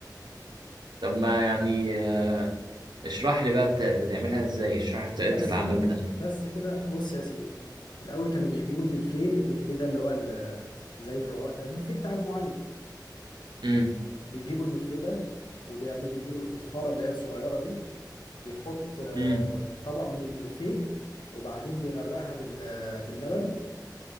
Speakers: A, on the right; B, on the left.
A: طب ما يعني آه اشرح لي بقى بت- بتعملها ازاي اشرح لي طريقه
B: بس
A: العمل بتاعتك
B: بس كده بص يا سيدي الاول كانوا بيجيبوا الملفيه الملفيه ده اللي هو ال- زي الرواق ده الملفيه بتاع ام علي
A: امم
B: بيجيبوا الملفيه ده وبيعمل بيجيبوا الفخاره اللي هي الصغيره دي بيحط آه،
A: امم
B: طبقه من الملفيه وبعدين بيغرقها بال- باللبن